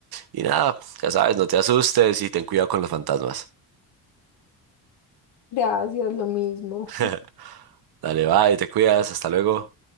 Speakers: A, on the right; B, on the left.
A: Y nada, ya sabes, no te asustes y ten cuidado con los fantasmas.
B: Gracias, lo mismo.
A: <laughs> Dale, bye, te cuidas, hasta luego.